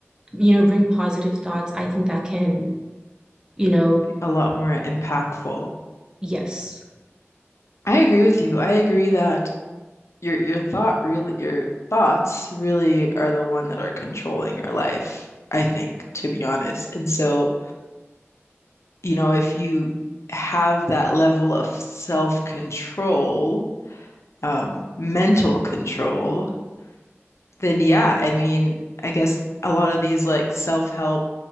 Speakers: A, on the right; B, on the left.
A: you know bring positive thoughts I think that can you know
B: A lot more impactful.
A: yes
B: I agree with you. I agree that your your thought really your thoughts really are the one that are controlling your life, I think, to be honest. And so, you know, if you have that level of self-control, um, mental control, then yeah, I mean, I guess a lot of these like self-help